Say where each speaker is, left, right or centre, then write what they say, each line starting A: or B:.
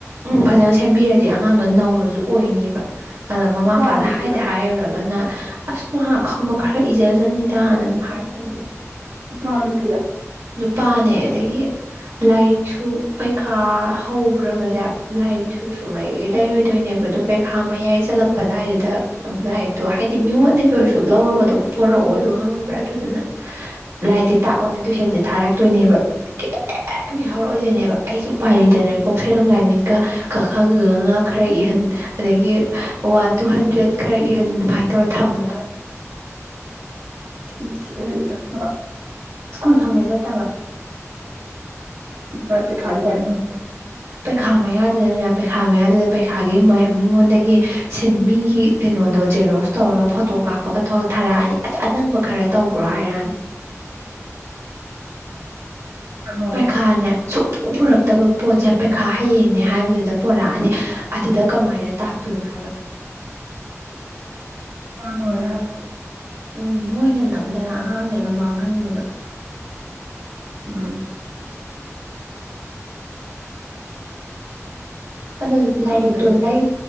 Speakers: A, on the right (about 70°); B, on the right (about 80°).
A: ꯎꯝ ꯐꯖꯅ ꯁꯦꯝꯕꯤꯔꯗꯤ ꯑꯉꯥꯡꯗꯣ ꯅꯧꯔꯖꯨ ꯑꯣꯏꯅꯤꯕ꯫ ꯑꯗ ꯃꯃꯥ
B: ꯅꯨꯄꯥꯔ
A: ꯃꯄꯥꯗ
B: ꯅꯨꯄꯤꯔ
A: ꯍꯥꯏꯗ ꯍꯥꯏꯔꯨꯔꯒꯅ ꯑꯁ ꯃꯥ ꯈꯪꯕ ꯈꯔ ꯏꯖꯖꯅꯤꯗꯥꯅ ꯑꯗꯨꯝ ꯍꯥꯏꯔꯛꯀꯤꯅꯤꯕ꯫
B: ꯅꯨꯄꯥꯔꯥ ꯅꯨꯄꯤꯔꯥ?
A: ꯅꯨꯄꯥꯅꯦ ꯑꯗꯒꯤ ꯂꯥꯏꯔꯤꯛꯁꯨ ꯄꯩꯈꯥ ꯍꯧꯒ꯭ꯔꯕꯖꯦ ꯂꯥꯏꯔꯤꯛꯁꯨ ꯁꯨꯡꯂꯩ ꯂꯩꯔꯣꯏꯗꯣꯏꯅꯦꯕ ꯑꯗꯨꯒ ꯄꯩ ꯊꯥ ꯃꯌꯥꯏ ꯆꯜꯂꯛꯄ ꯑꯗꯥꯏꯗꯨꯗ ꯂꯥꯏꯔꯤꯛꯇꯣ ꯍꯥꯏꯗꯤ ꯃꯤꯉꯣꯟꯗꯒꯤ ꯑꯣꯏꯔꯁꯨ ꯂꯧꯔꯒꯗꯣ ꯄꯣꯔꯛꯑꯣꯏꯕ ꯈꯪꯉꯕ꯭ꯔꯥ ꯑꯗꯨꯗꯨꯅ ꯂꯥꯏꯔꯤꯛꯇꯤ ꯇꯥꯛꯑꯣꯅ ꯇꯨꯏꯁꯟꯁꯦ ꯊꯥꯔꯛꯇꯣꯏꯅꯦꯕ ꯀꯩ ꯀꯩꯝ ꯌꯥꯎꯔꯛ ꯑꯣꯏꯗꯣꯏ ꯅꯦꯕ ꯑꯩꯁꯨ ꯎꯄꯥꯏ ꯂꯩꯇꯅ ꯀꯣꯛ ꯁꯝ ꯂꯥꯏ ꯃꯤꯠꯀ ꯀꯥ ꯈꯥ ꯒꯥ ꯒꯍꯥ ꯉꯥ ꯈꯔ ꯏꯍꯟ ꯑꯗꯒꯤ ꯋꯥꯟ ꯇꯨ ꯍꯟꯗ꯭ꯔꯦꯗ ꯈꯔ ꯏꯍꯟ ꯑꯗꯨꯃꯥꯏꯅ ꯇꯧꯔ ꯊꯝꯃꯦ ꯍꯥꯏꯕ꯫
B: <unintelligible>
A: ꯁ꯭ꯀꯨꯜ ꯐꯪꯉꯦ ꯆꯠꯇꯕ
B: ꯑꯗ ꯃꯥ ꯄꯩꯈꯥꯗꯤ ꯀꯃꯥꯏ ꯇꯧꯅꯤ?
A: ꯄꯩꯈꯥ ꯃꯌꯥꯗꯨꯗꯅꯦ ꯄꯩꯈꯥ ꯃꯌꯥꯗꯨꯗ ꯄꯩꯈꯥꯒꯤ ꯃꯤꯉꯣꯟꯗꯒꯤ ꯁꯤꯟ ꯃꯤꯒꯤ ꯀꯩꯅꯣꯗꯣ ꯖꯦꯔꯣꯁ ꯇꯧꯔꯒ ꯐꯣꯇꯣ ꯀꯥꯞꯄꯒ ꯊꯥꯔꯛ ꯑꯅꯤ ꯑꯁ ꯑꯅꯪꯕ ꯈꯔ ꯇꯧꯈ꯭ꯔꯣ ꯍꯥꯏꯔꯛ ꯑꯅꯤ꯫
B: ꯄꯥ ꯂꯣꯏꯔꯦ
A: ꯄꯩꯈꯥꯅꯦ ꯁꯨꯛ ꯄꯨꯔꯛꯇꯕ ꯄꯣꯠꯁꯦ ꯄꯩꯈꯥ ꯍꯌꯦꯡꯅꯦ ꯍꯥꯏꯕꯗꯨꯗ ꯄꯨꯣꯔꯛꯑꯅꯤ ꯑꯗꯨꯗ ꯀꯃꯥꯏꯅ ꯇꯥꯛꯇꯣꯏꯅꯣ ꯍꯥꯏꯕ꯫
B: <unintelligible>
A: ꯎꯝ ꯃꯣꯏꯅ ꯅꯝꯗꯅ ꯑꯉꯥꯡꯖꯦ ꯑꯗꯨꯝ ꯃꯥꯡꯍꯟꯕꯗꯣ
B: ꯎꯝ
A: ꯑꯅ ꯂꯥꯏꯔꯤꯛꯇꯣ
B: ꯈꯪꯗꯦ
A: ꯂꯩ